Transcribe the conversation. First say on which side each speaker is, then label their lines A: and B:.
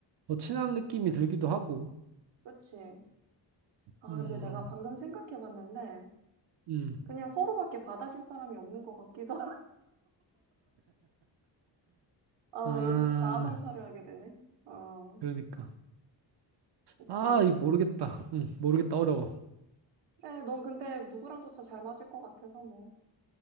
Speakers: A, on the right; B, on the right.
A: 더 친한 느낌이 들기도 하고.
B: 그치. 아,
A: 음,
B: 근데 내가 방금 생각해봤는데
A: 음. 음.
B: 그냥 서로밖에 받아줄 사람이 없는 것 같기도. <laughs> 하- 아,
A: 아,
B: 여기서 자아성찰을 하게 되네. 어,
A: 그러니까.
B: 오케이,
A: 아,
B: 오케이.
A: 이거 모르겠다. 음, 모르겠다. 어려워.
B: 그래, 넌 근데 누구랑 도차 잘 맞을 것 같아서 뭐.